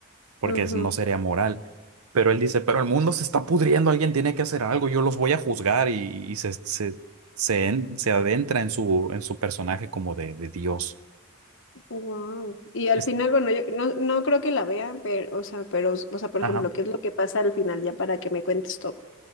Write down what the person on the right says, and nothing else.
porque
es- no sería moral. Pero él dice, pero el mundo se está pudriendo, alguien tiene que hacer algo, yo los voy a juzgar y, y se, se, se, en- se adentra en su, en su personaje como de, de Dios.
Es,
ajá.